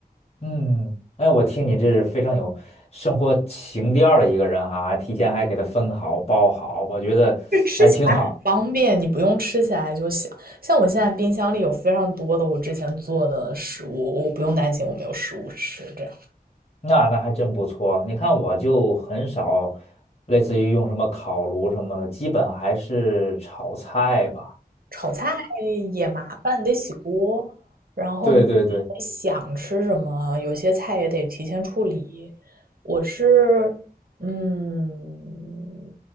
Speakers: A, on the left; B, on the right.
A: 嗯，哎，我听你这是非常有生活情调儿的一个人哈，提前还给他分好包好，我觉得哎挺好，
B: 这吃起来很方便，你不用吃起来就行。像我现在冰箱里有非常多的我之前做的食物，我不用担心我没有食物吃，这样。
A: 那那还真不错。你看我就很少，类似于用什么烤炉什么的，基本还是炒菜吧。
B: 炒菜也麻烦，得洗锅，然后你得想吃什么，
A: 对对对，
B: 有些菜也得提前处理。我是，嗯，